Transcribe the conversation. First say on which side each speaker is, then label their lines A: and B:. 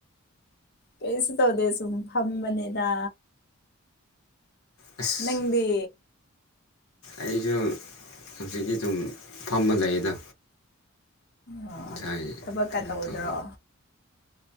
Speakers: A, on the left; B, on the left.
A: ꯀꯩꯁꯨ ꯇꯧꯗꯦ ꯁꯨꯝ ꯐꯝꯕꯅꯤꯗ
B: ꯑꯁ
A: ꯅꯪꯗꯤ
B: ꯑꯩꯁꯨ ꯍꯧꯖꯤꯛꯀꯤ ꯁꯨꯝ ꯐꯝꯕ ꯂꯩꯗ
A: ꯑꯣ
B: ꯉꯁꯥꯢ
A: ꯊꯕꯛꯀ
B: ꯀꯩꯅꯣꯇꯧ
A: ꯇꯧꯗ꯭ꯔꯣ